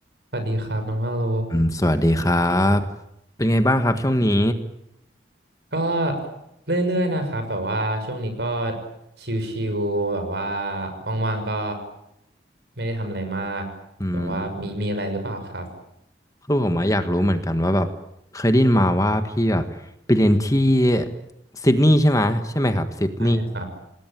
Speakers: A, on the right; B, on the left.
A: สวัสดีครับน้องว่าโล
B: อืมสวัสดีครับ เป็นไงบ้างครับช่วงนี้
A: ก็เรื่อยๆนะครับแบบว่าช่วงนี้ก็ชิลๆแบบว่าว่างๆก็ไม่ได้ทำอะไรมากแบบว่ามีมีอะไรหรือเปล่าครับ
B: อืมคือผมอะอยากรู้เหมือนกันว่าแบบเคยได้ยินมาว่าพี่แบบไปเรียนที่ซิดนีย์ใช่ไหมใช่ไหมครับซิดนีย์
A: ใช่ครับ